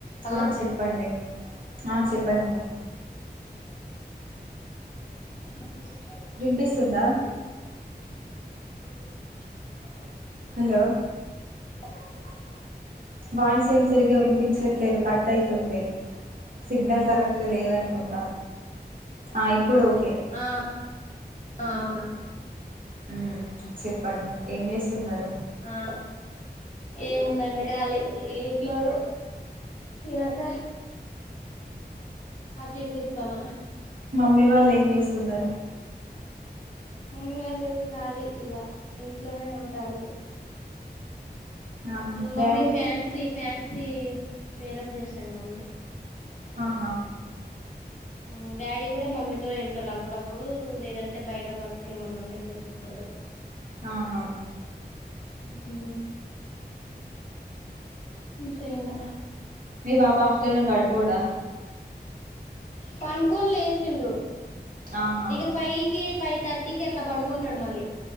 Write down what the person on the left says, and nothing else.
హలో
ఆ
అ
ఆ అవునా
ఆ ఏముందండి కాళి ఇ పిల్లోడు తియక అడికి ఇడికి తిప్తాన్న
మమ్మీ వాళ్ళు ఖాళీ ఇగ ఇంట్లోనే ఉంటారు
మమ్మీ
ఫ్యాన్సీ ఫ్యాన్సీ బేరం చేస్తుంది మమ్మీ
ఉ డాడీ కూడా మమ్మీతో వెళ్తాడు అప్పుడప్పుడు లేదంటే బయట వర్క్ ఏమన్నా ఉంటే చేసుకుంటాడు. దో
అతే అంతే ఇగా
పనుకోని లేసిండు
ఇక ఫైవ్ కి ఫైవ్ థర్టీ కి అట్లా పడుకుంటాడు మళ్ళీ